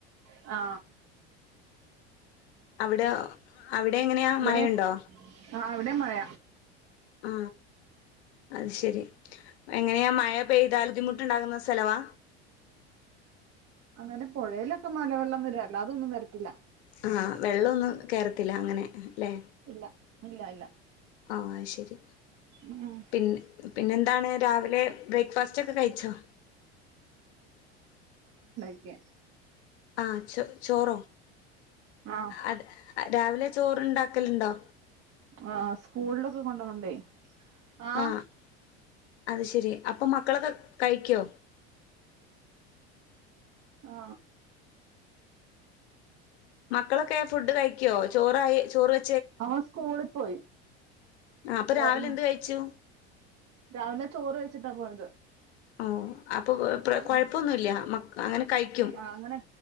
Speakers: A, on the right (about 50°); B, on the left (about 75°).
A: ആ
B: അവിടെ അവിടെ എങ്ങനെയാ
A: ഇവിടെ
B: മഴയുണ്ടോ?
A: ആഹ് ഇവിടെ മഴ
B: ആ അത് ശരി എങ്ങനെയാ മഴ പെയ്താ ബുദ്ധിമുട്ട്ണ്ടാകുന്ന സ്ഥലവാ?
A: അങ്ങനെ പുഴയിലൊക്കെ മലവെള്ളം വരും. അല്ലാതൊന്നും വരത്തില്ല.
B: ആഹ് വെള്ളമൊന്നും കേറത്തില്ല. അങ്ങനെ ല്ലേ?
A: ഇല്ല ഇല്ല ഇല്ല
B: ആ ശരി
A: ഉം
B: പിന്നെ പിന്നെന്താണ് രാവിലെ ബ്രേക്ക്ഫാസ്റ്റ് ഒക്കെ കഴിച്ചോ?
A: ക്യെ.
B: ആ ചോ ചോറോ?
A: ആഹ്
B: അത് രാവിലെ ചോറുണ്ടാക്കലുണ്ടോ?
A: ആ സ്കൂളിലൊക്കെ കൊണ്ടുപോകണ്ടേ? ആ
B: ആഹ് അത് ശെരി അപ്പൊ മക്കളൊക്കെ കഴിക്കോ?
A: ആ
B: മക്കളൊക്കെ ഫുഡ് കഴി ക്കോ ചോറായി ചോറ് വ
A: അവൻ സ്കൂളി പോയി.
B: ആഹ് അപ്പോ
A: പേരന്
B: രാവിലെ എന്ത് കഴിച്ചു.
A: രാവിലെ ചോറ് കഴിച്ചിട്ടാ പോയത്.
B: ആഹ്. അപ്പോൾ <unintelligible> കുഴപ്പമൊന്നുമില്ല
A: ആഹ്
B: മക് അങ്ങനെ കഴിക്കും
A: ആഹ് അങ്ങനെ